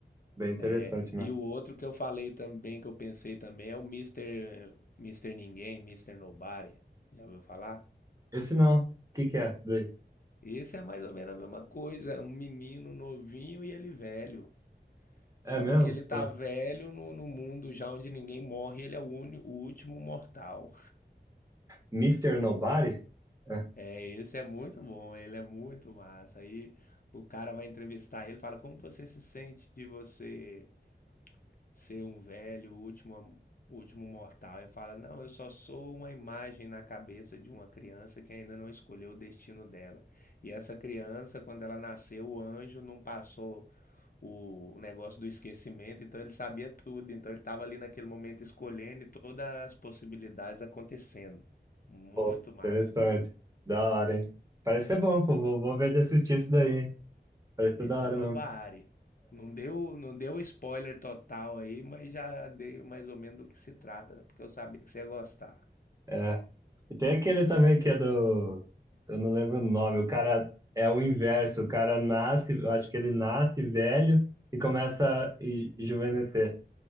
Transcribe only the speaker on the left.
É,
e o outro que eu falei também, que eu pensei também, é o Mister Mister Ninguém, Mister Nobody. Já ouviu falar?
Esse é mais ou menos a mesma coisa. É um menino novinho e ele velho. Só
porque ele tá
velho no, no mundo já onde ninguém morre, ele é o, uni- o último mortal.
É, esse é muito bom, ele é muito massa. Aí o cara vai entrevistar ele, fala: "Como você se sente de você ser um velho, o último, o último mortal?" Ele fala: "Não, eu só sou uma imagem na cabeça de uma criança que ainda não escolheu o destino dela. E essa criança, quando ela nasceu, o anjo não passou o o negócio do esquecimento, então ele sabia tudo, então ele estava ali naquele momento escolhendo e todas as possibilidades acontecendo. Muito
massa
também.
Mister
Nobari.
Não deu, não deu spoiler total aí, mas já dei mais ou menos do que se trata, porque eu sabia que você ia gostar.